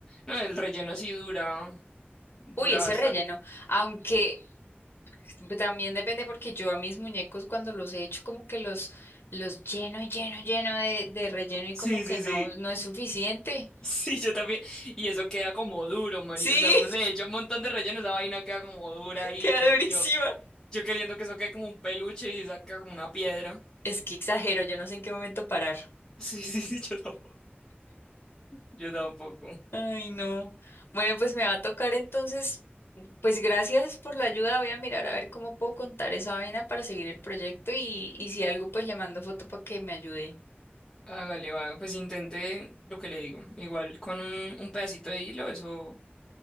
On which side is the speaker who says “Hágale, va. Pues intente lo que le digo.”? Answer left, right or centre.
Left